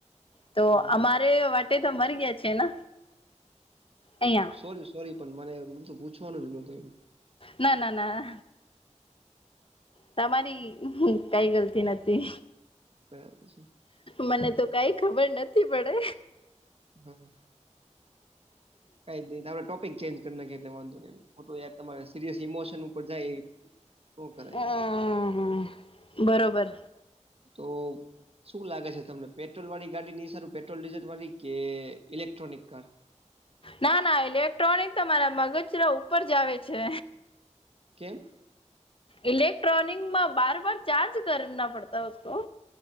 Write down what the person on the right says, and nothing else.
ઓ
સોરી સોરી પણ મને બધું પૂછવાનું જ નતું એમ
બરાબર છે
હમ્મ કાઈ જ નઈ, આપડે ટોપિક ચેન્જ કર નાખીએ એટલે વાંધો નઈ ખોટું યાર, તમારે સિરિયસ ઇમોશન ઉપર જાય નો કરાય
તો શું લાગે છે તમને, પેટ્રોલ વાળી ગાડીની સારું પેટ્રોલ ડીઝલ વાળી કે ઇલેક્ટ્રોનિક કાર?
કેમ?